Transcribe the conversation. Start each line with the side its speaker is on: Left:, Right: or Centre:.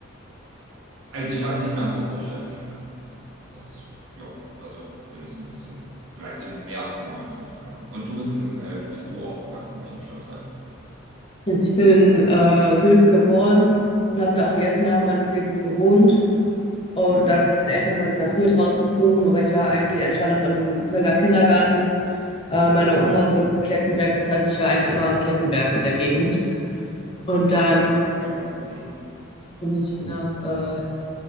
Right: also ich habe es nicht ganz so großstädtisch in Erinnerung. Das, ja, das verbinde ich so ein bisschen. Vielleicht im ersten Moment mit Köln. Und du bist im, äh, du bist wo aufgewachsen, in welchem Stadtteil?
Left: Also ich bin in äh, Sülz geboren und habe da auch die ersten Jahre meines Lebens gewohnt. Und
Right: Hm.
Left: dann sind meine Eltern quasi nach Hürth rausgezogen, aber ich war eigentlich, also ich war noch in einem Kölner Kindergarten. Äh, meine Oma wohnt in Klettenberg, das heißt, ich war eigentlich immer in Klettenberg in der Gegend. Und dann
Right: Ah, ja, Clapton. Mhm. mhm.
Left: bin ich nach, äh,